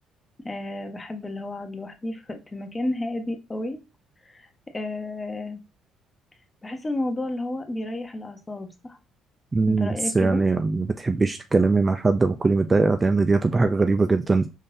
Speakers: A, on the left; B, on the right.
A: آه بحب اللي هو اقعد لوحدي في في مكان هادي قوي آه بحس الموضوع اللي هو بيريح الاعصاب صح
B: مم،
A: انت رايك
B: بس يعني
A: كده
B: ما بتحبيش تتكلمي مع حد وتكوني متضايقة لأن دي هتبقى حاجة غريبة جدا